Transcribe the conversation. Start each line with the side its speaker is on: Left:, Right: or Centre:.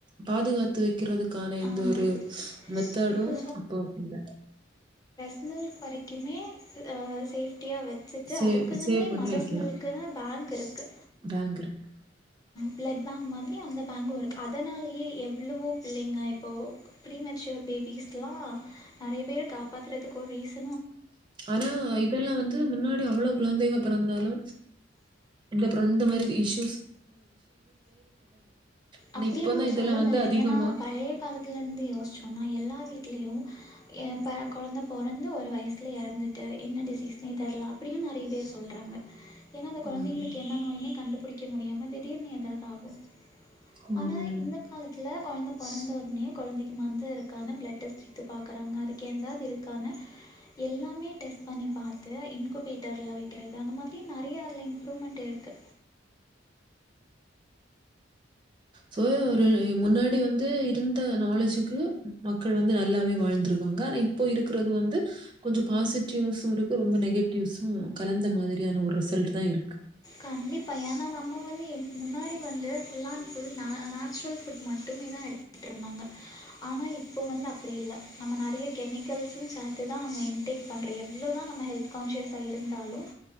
Right: பாதுகாத்து வைக்கிறது க்கான
Left: ஆகும்
Right: எந்த ஒரு மெத்தடும்
Left: இப்போ
Right: அப்போ இல்ல
Left: மில்ஸ் கெடைக்குமே அஹ் சேஃப் குட்டியா வச்சுட்டு
Right: சேவ்
Left: அதுக்குன்னுமே
Right: சேவ் பண்ணி
Left: மதர்ஸ்
Right: வைக்கலாம்
Left: மில்க்குனு பேங்க் இருக்கு
Right: பேங்க் இருக்கு.
Left: பிளட் பேங்க் மாதிரி அந்த பேங்க் இருக்கு அதனால எவ்வளவோ பிள்ளைங்க இப்போ ப்ரீமெச்சூர் பேபிஸ்லாம் நிறைய பேர் காப்பாத்துறதுக்கு ஒரு ரீசன்
Right: ஆனா இப்ப எல்லா வந்து முன்னாடி அவ்வளவு குழந்தைங்க பிறந்தாலு இந்தப்புறம் இந்த மாதிரி டீஷ் ஆனா
Left: அப்டியே
Right: இப்பதான்
Left: நம்ம
Right: இதெல்லாம்
Left: சொல்ல
Right: வந்து
Left: முடியாது
Right: அதிகமா
Left: ஏன்னா பழைய காலத்துல இருந்து யோசிச்சோம்னா எல்லா வீட்லயு எ இப்ப கொழந்த பொறந்து ஒரு வயசுல எறந்துட்டு என்ன டிசீஸ்னே தெரில அப்படியு நறைய பேர் சொல்றாங்க ஏன்னா அந்த கொழந்தைங்களுக்கு
Right: ம்,
Left: என்ன நோயினே கண்டு புடிக்க முடியாம திடீர்னு ஏதாவது ஆகு
Right: ம்.
Left: ஆனா இந்த காலத்தில்ல கொழந்த பொறந்த ஒடனே கொழந்தைக்கு மந்த இருக்கானு பிளட் டெஸ்ட் எடுத்து பாக்றாங்க அதுக்கு எந்தாது இருக் க்கானு எல்லாமே டெஸ்ட் பண்ணி பாத் து இன்குபேட்டர்ல வைக்கிறது அந்த மாதிரி நறைய அதுல இம்ப்ரூவ்மெண்ட் இரு க்கு
Right: சோ ஒரு முன்னாடி வந்து இருந்த நாலேஜு க்கு மக்கள் வந்து ந நல்லாவே வாழ்ந்திருக்காங்க ஆனா இப்போ இருக்கிறது வந்து கொஞ்சம் பாசிட்டிவ்ஸ் இருக்கு ரொம்ப நெகட்டிவ்ஸ் கலந்த மாதிரியான ஒரு ரிசல்ட் தான் இருக்கு
Left: கண்டிப்பா ஏன்னா நம்ம இல்லே இதுக்கு முன்னாடி வந்து full and full natural food மட்டுமே தான் எடுத்துட்டு இருந்தாங்க ஆனா இப்போ வந்து அப்படி இல்லை நம்ம நிறைய கெமிக்கல்ஸும் சேத்து தான் நம்ம இன்டேக் பன்றோ எவ்ளோ தான் நம்ம ஹெல் கான்சியஸாக இருந்தாலும்